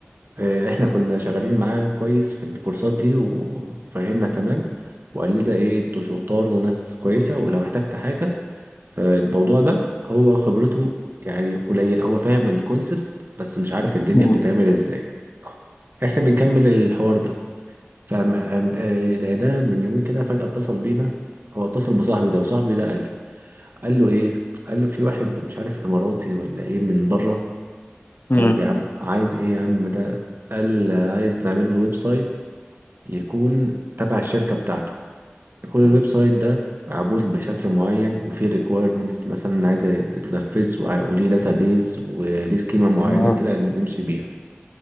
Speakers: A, on the right; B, on the left.
A: آه، احنا كنا شغالين معاه كويس في الكورسات دي وفهمنا تمام وقال لنا ايه انتوا شطار وناس كويسة ولو احتجت حاجة فالموضوع ده هو خبرته يعني قليل هو فاهم الكونسبتس بس مش عارف الدنيا
B: مم.
A: بتتعمل ازاي احنا بنكمل الحوار ده فلقيناه من يومين كده فجأة اتصل بينا هو اتصل بصاحبي ده وصاحبي ده قال لي قال له ايه قال له في واحد مش عارف اماراتي ولا ايه من بره
B: مم.
A: طيب يا عم عايز ايه يا عم ده قال عايز نعمل له ويب سايت يكون تبع الشركة بتاعته كل الويب سايت ده معمول بشكل معين وفيه requirements مثلا عايزة تتنفذ وع- وليه داتابيز وليه سكيمة معينة
B: آه،
A: كده نمشي بيها